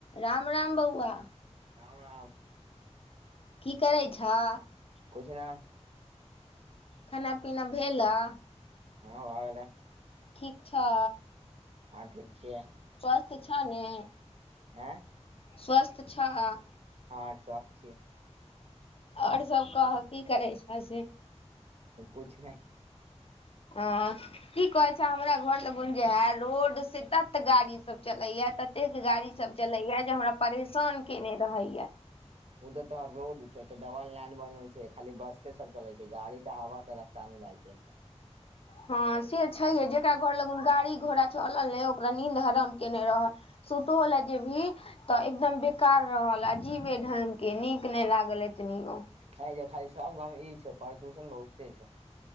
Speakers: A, on the left; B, on the right.
A: राम-राम बौअवा।
B: राम-राम।
A: की करै छऽ।
B: कुछ नै।
A: खाना-पीना भेलऽ।
B: हां भाए गेलै।
A: ठीक छऽ।
B: हां ठीक छियै।
A: स्वस्थ छा ने।
B: अएं।
A: स्वस्थ छऽ।
B: हां स्वस्थ छिये।
A: और सब कहऽ की करै छऽ से।
B: कुछ नै।
A: आ की कहै छऽ हमरा घर लगुन जे आय रोड से तत गाड़ी सब चलैया ततेक गाड़ी सब चलैया जे हमरा परेशान केने रहैया।
B: उ‌ त तोहर रोड छै, एता डबल लाइन बनल छै, खाली बसे सब चलै छै, गाड़ी तऽ हवा के र ता मे जाय छै एतऽ।
A: हां से छैहये जेकरा घर लगुन गाड़ी-घोड़ा चलल अय ओकरा नीन्द हराम केना रहल। सुतहो लै जेभी तऽ एकदम बेकार रहल, अजीबे ढंग के नीक नै लागल एतनियो।
B: हय ये खाली सब गाँव मे ई छौ प्रदूषण बहुते छौ।